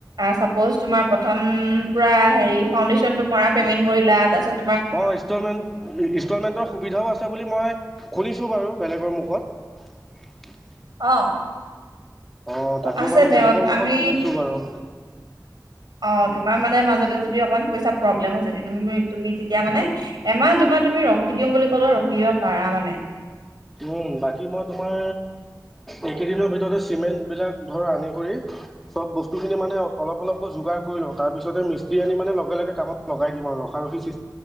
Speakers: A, on the right; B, in the centre.
A: চাপ'জ তোমাৰ প্ৰথম পৰা হেৰি ফাউডেশচনটো মৰা পেমেণ্ট কৰিলা তাৰ পিছত
B: অ ইনষ্টলমেন্ট, ইনষ্টলমেন্টৰ সুবিধাও আছে বুলি মই শুনিছো বাৰু বেলেগৰ মুখত
A: অ
B: অ তাকে
A: আছে
B: মানে
A: তেওঁত
B: বেলেগৰ মুখত
A: আমি
B: শুনিছো বাৰু
A: অ তোমাৰ মানে মাজত যদি অকমান পইচা প্ৰব্লেম হৈছে তুমি তুমি তেতিয়া মানে এমাহ দুমাহ তুমি ৰখি দিম বুলি ক'লেও ৰখি দিব পাৰা মানে
B: উম বাকি মই তোমাৰ এইকেইদিনৰ ভিতৰতে চিমেন্ট বিলাক ধৰ আনি কৰি চব বস্তুখিনি মানে অলপ অলপকৈ যোগাৰ কৰি লওঁ তাৰ পিছতে মিস্ত্ৰী আনি মানে লগে লগে কামত লগাই দিম আৰু ৰখা ৰখি চিছ